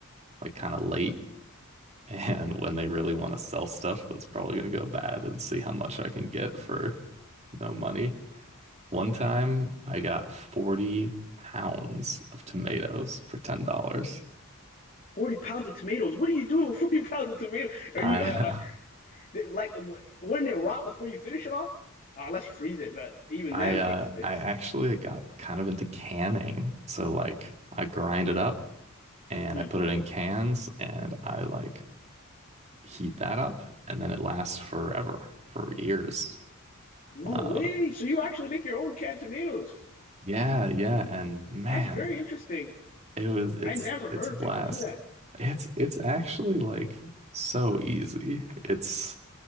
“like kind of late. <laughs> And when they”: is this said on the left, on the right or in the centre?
Right